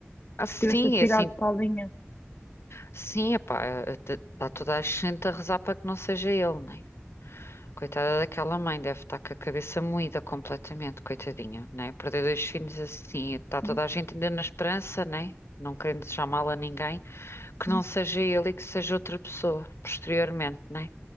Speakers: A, on the left; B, on the left.
A: Ah,
B: que
A: sim,
B: se tivesse atirado
A: é assim,
B: para a linha.
A: sim, epá, está toda a gente a rezar para que não seja ele, né? Coitada daquela mãe, deve estar com a cabeça moída completamente, coitadinha, né? Perder dois filhos assim, está
B: Sim,
A: toda a gente ainda na esperança, né? Não querendo desejar mal a ninguém, que
B: sim.
A: não seja ele e que seja outra pessoa, posteriormente, né?